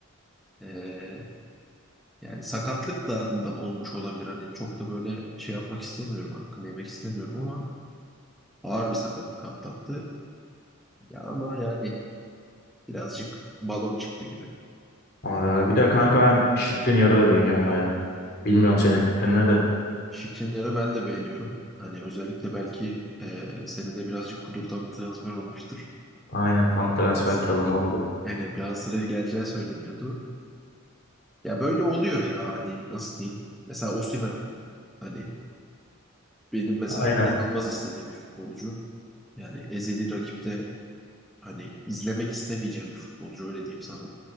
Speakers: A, in the centre; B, on the left.
A: Ee, Yani sakatlık da, da olmuş olabilir. Hani çok da böyle şey yapmak istemiyorum. Hakkını yemek istemiyorum ama ağır bir sakatlık atlattı. Ya ama yani birazcık balon çıktı gibi.
B: Ağır ağır. Bir de kanka ben Şikrin yarı da beğeniyorum baya. Bilmiyorum senin fikrin ne de.
A: Şikrinyar'ı ben de beğeniyorum. Hani özellikle belki e, seni de birazcık kudurtan bir transfer olmuştur.
B: Aynen tam transfer
A: Galatasaray,
B: çalımı oldu.
A: yani Galatasaray'a geleceği söyleniyordu. Ya böyle oluyor ya hani nasıl diyeyim. Mesela Osimhen hani benim mesela
B: Aynen.
A: inanılmaz istediğim bir futbolcu. Yani ezeli rakipte hani izlemek istemeyeceğim bir futbolcu öyle diyeyim sana.